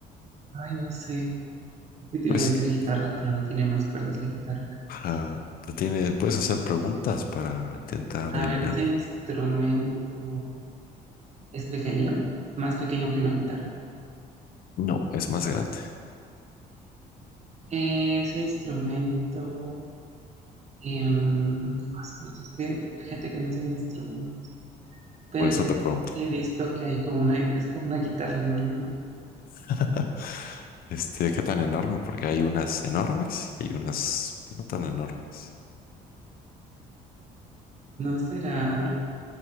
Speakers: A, on the right; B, on the left.
A: Ay, no sé. Es que te
B: Pues
A: iba a decir guitarra, pero no tiene más cuerdas la guitarra.
B: para- te tiene, puedes hacer preguntas para intentar
A: A
B: adivinar.
A: ver, ese instrumento es pequeño, más pequeño que una guitarra.
B: No, es más grande.
A: Ese instrumento... em, ah, su mecha, es que fíjate que no sé de instrumento. pero
B: Por eso te pregunto.
A: he visto que hay como una, es como una guitarra enorme, ¿no?
B: <laughs> Este, ¿qué tan enorme? Porque hay unas enormes y hay unas pues, no tan enormes.
A: No será...